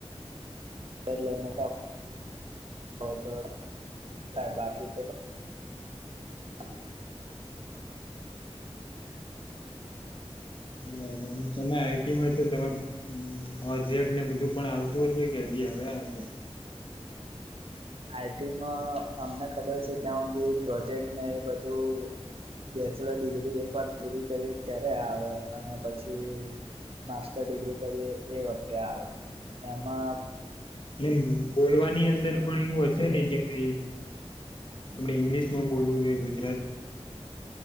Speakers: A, on the right (about 60°); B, on the left (about 50°).
A: <unintelligible> હોય તો થાય બાકી તો <inaudible>
B: બરાબર હું તમે આ ઈ ટી માં છો તમે ઓજેકને બધું પણ આવતું હશે કે હજી હવે આવશે?
A: આ ઈ ટી માં અમને ખબર છે ત્યાં સુધી પ્રોજેક્ટ ને એ બધું બેચલર ડિગ્રી એક વાર પૂરી કરીએ ત્યારે આવે અને પછી માસ્ટર ડિગ્રી કરીએ એ વખતે આવે એમા
B: <unintelligible> બોલવાની અંદર પણ એવું હશે નહીં કે ભાઈ આપણે ઈંગ્લિશ માં બોલવું કે ગુજ